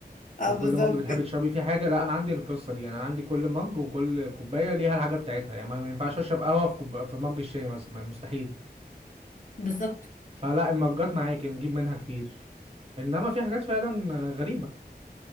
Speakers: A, on the left; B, on the right.
A: <laughs> اه
B: وكل
A: بالظبط
B: مج بتحبي تشربي فيه حاجه لا انا عندي القصه دي يعني انا عندي كل مج وكل كوبايه ليها الحاجه بتاعتها يعني ما ما ينفعش اشرب قهوه في كوب... في مج الشاي مثلا ما- مستحيل
A: بالظبط
B: فلا المجات معاكي نجيب منها كتير انما في حاجات فعلا غريبه